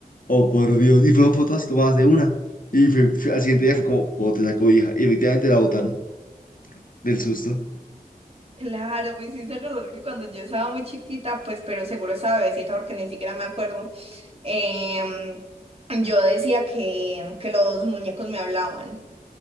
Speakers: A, on the left; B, on the right.
A: oh por Dios, y fueron fotos así tomadas de una. Y fue- fue- al siguiente día fue como, bote la cobija, y efectivamente la botaron del susto.
B: Claro, me hiciste acordar que cuando yo estaba muy chiquita, pues, pero seguro estaba bebecita porque ni siquiera me acuerdo, em, yo decía que, que los muñecos me hablaban.